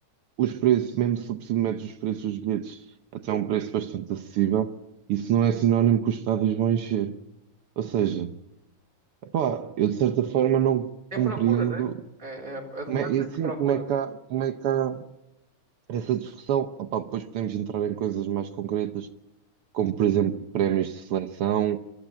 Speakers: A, on the right; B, on the right.
A: os preços, mesmo se for preciso metes os preços dos bilhetes até um preço bastante acessível, isso não é sinónimo que os estádios vão encher. Ou seja, epá, eu de certa forma não compreendo
B: É a procura, né? É, é a
A: como
B: demanda
A: é, e assim,
B: e a procura.
A: como é que há, como é que há essa discussão. Opá, depois podemos entrar em coisas mais concretas, como por exemplo prémios de seleção